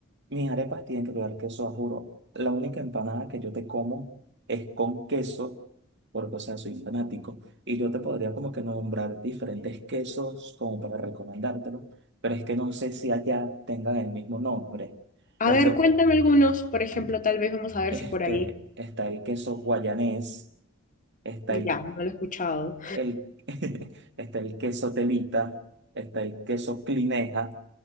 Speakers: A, on the right (about 60°); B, on the left (about 40°).
A: mis arepas tienen que llevar queso, a juro. La única empanada que yo te como es con queso, porque, o sea, soy fanático, y yo te podría como que nombrar diferentes quesos como para recomendártelo, pero es que no sé si allá tengan el mismo nombre,
B: A
A: porque
B: ver, cuéntame algunos, por ejemplo,
A: mm,
B: tal vez vamos a ver
A: este,
B: si por ahí.
A: está el queso guayanés está el,
B: Ya, no lo he escuchado.
A: el, <laughs> está el queso telita, está el queso clineja.